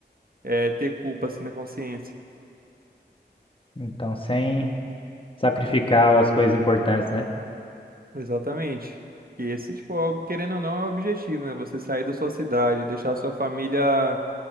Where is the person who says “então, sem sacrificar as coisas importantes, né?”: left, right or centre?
Left